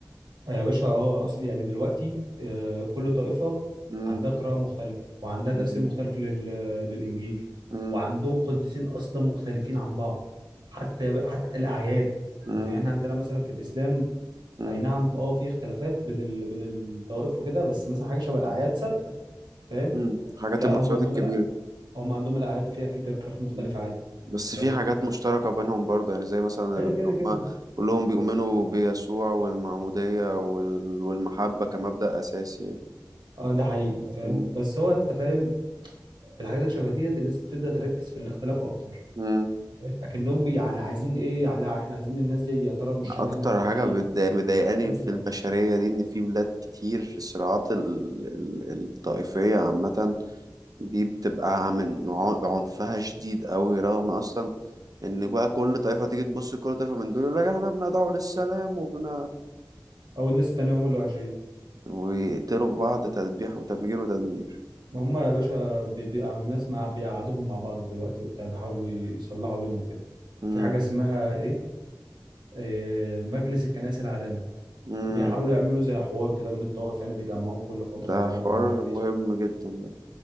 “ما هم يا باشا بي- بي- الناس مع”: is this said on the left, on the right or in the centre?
Right